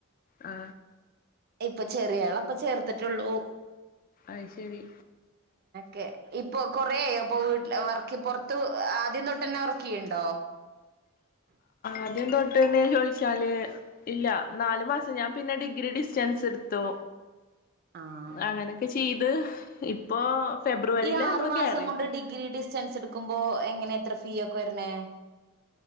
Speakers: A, on the left (about 40°); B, on the right (about 50°).
A: ആ
B: ഇപ്പൊ ചെറിയാളെ ഇപ്പോ ചേർത്തിട്ടൊള്ളൂ.
A: അയ് ശെരി.
B: കെ ഇപ്പൊ കൊറആയോ അപ്പൊ വീട്ടില് വർക്ക്പോർത്ത് ആദ്യം തൊട്ടെന്നെ വർക്ക് ചെയ്യ്ണ്ടോ
A: ആദ്യം തൊട്ട് <unintelligible> ട്ട്ന്നെ ചോദിച്ചാല് ഇല്ല നാലു മാസം ഞാൻ പിന്നെ ഡിഗ്രി ഡിസ്റ്റൻസ് ഇട്ത്തു.
B: ആഹ്
A: അങ്ങനൊക്കെ ചെയ്ത് ഇപ്പൊ ഫെബ്രുവരിയില്
B: ഈ ആറു
A: നമ്മള്
B: മാസം
A: കേറി
B: കൊണ്ട് ഡിഗ്രി ഡിസ്റ്റൻസ് ഇട്ക്കുമ്പോ എങ്ങനെ എത്ര ഫീ ഒക്കെ വരണേ